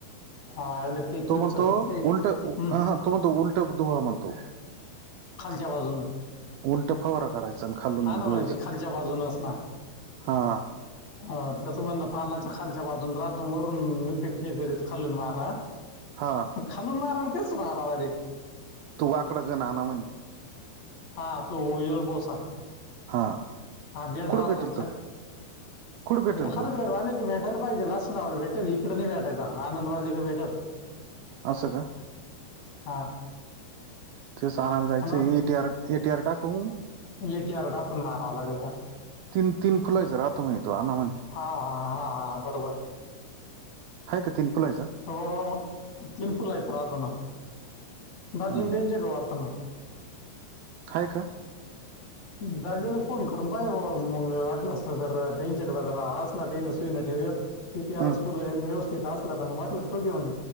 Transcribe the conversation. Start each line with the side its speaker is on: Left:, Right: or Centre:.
Left: हा, ते
Right: तो
Left: थ्रिप्सचं
Right: म्हणतो
Left: ते हम्म,
Right: उलट हा तो म्हणतो उलटं दोहा म्हणतो?
Left: खालच्या बाजूनं?
Right: उलट फवारा करायचा
Left: हा ना
Right: धुवायचं
Left: मग ते खालच्या बाजूनच
Right: हा.
Left: अ त्याचं म्हणण पानाच्या खालच्या बाजून रातून वरून इ फे हे करत खालून मारा
Right: हा
Left: खालून मारा तेच भारावारीे.
Right: तू वाकडं घन आण ना म्हणे,
Left: हा तू उअल बोसा.
Right: हा
Left: बेड्रु
Right: कुठं भेटल तो कुठं भेटल तो
Left: हरडर अ बे. <unintelligible> भेटयला पाहिजे लस लावलं भेटेल इ <inaudible> कडे नाही भेटायचा आनंद वाले क भेटल
Right: असं का...
Left: हा
Right: ते सांगायला जायचं
Left: आणि
Right: एटी आर. ए टर टा ख <unintelligible>
Left: एटीआर टाकून मारावा लागेल तर
Right: तीन- तीन फुलायच राहतो म्हणे तो आना म्हणे,
Left: हा हा हा हा बरोबर?
Right: ह का तीन फुलायचा.
Left: थथडं तीन फुल आहेचं राहताना दहाजन
Right: हम्म हम्म
Left: त्यांनच्या का वाताना.
Right: ई <inaudible>
Left: दाजूला फोन करून बाय मग वाटलं असत तर त्यांच्याकडे जरा हसला ते नसत. ठे पी टी
Right: हम्म
Left: आरस व्यवस्थित असला तर मग वाटलं तो घेऊन.